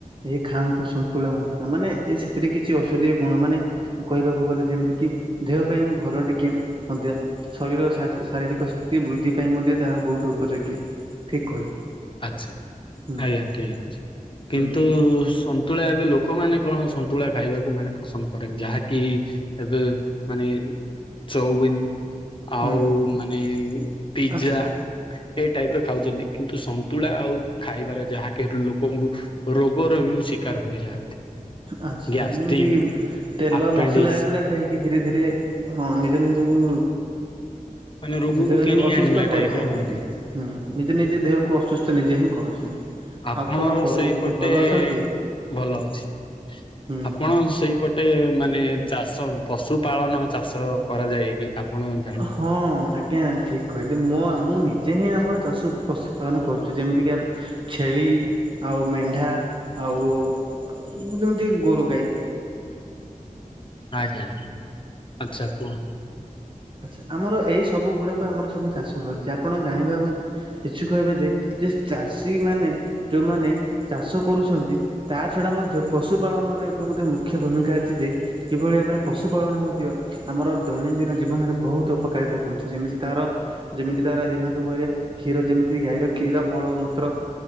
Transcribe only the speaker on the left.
ଆଛା
ଆଜ୍ଞା ଠିକ ଅଛି କିନ୍ତୁ
ସନ ସନ୍ତୁଳା ଏବେ ଲୋକମାନେ କଣ ସନ୍ତୁଳା ଖାଇବାକୁ ମାନେ ପସନ୍ଦ କରେନି ଯାହାକି ଏବେ ମାନେ ଚଉବିନ ଆଉ
ମାନେ ପିଜା
ଏଇ ଟାଇପର ଖାଉଛନ୍ତି କିନ୍ତୁ ସନ ତୁଳା ଆଉ ଖାଇବାରେ ଯାହାକି ଲୋକଙ୍କୁ ରୋଗର ହି ଶିକାର ହୋଇଯାଆନ୍ତି।
ଗ୍ୟାଷ୍ଟ୍ରିଙ୍ଗ
ଆପେଣ୍ଡିଜ
ମାନେ ରୋଗକୁ
କିଣି
ଆଣିଲା
ଟାଇପ୍ ର ହୁଅନ୍ତି।
ଆପଣର
ସେଇପଟେ
ଭଲ ଅଛି।
ଆପଣ ସେଇପଟେ ପଟେ ମାନେ ଚାଷ ପଶୁ ପାାଳନ ଚାଷ କରାଯାଏ କି? ଆପଣ ମଧ୍ୟ
ଆଜ୍ଞା ଆଚ୍ଛା କୁହ